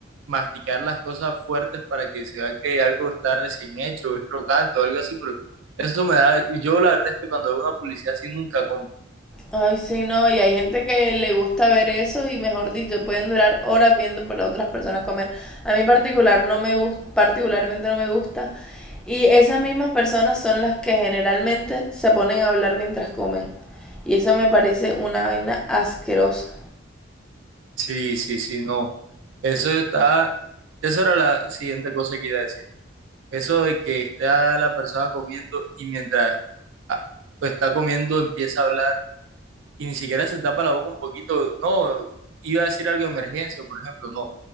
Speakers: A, on the right; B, in the centre.
A: masticar las cosas fuertes para que se vea que algo está recién hecho, es crocante o algo así, pero eso me da, yo la verdad es que cuando veo una publicidad así nunca compro.
B: Ay, sí, no, y hay gente que le gusta ver eso y mejor dicho, pueden durar horas viendo para otras personas comer. A mí particular no me gusta, particularmente no me gusta. Y esas mismas personas son las que generalmente se ponen a hablar mientras comen. Y eso me parece una vaina asquerosa.
A: Sí, sí, sí, no. Eso está, eso era la siguiente cosa que iba a decir. Eso de que está la persona comiendo y mientras ah, pues, está comiendo empieza a hablar y ni siquiera se tapa la boca un poquito. No, iba a decir algo de emergencia, por ejemplo, no.